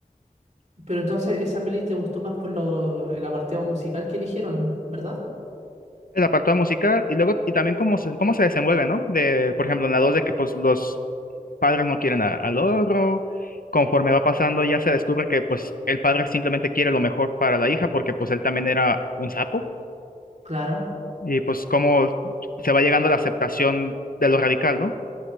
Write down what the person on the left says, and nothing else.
El apartado musical y luego, y también cómo se, cómo se desenvuelve, ¿no? De, por ejemplo, en la 2 de que pues los padres no quieren a- al otro. Conforme va pasando, ya se descubre que pues el padre simplemente quiere lo mejor para la hija porque pues él también era un sapo.
Y pues cómo se va llegando a la aceptación de lo radical, ¿no?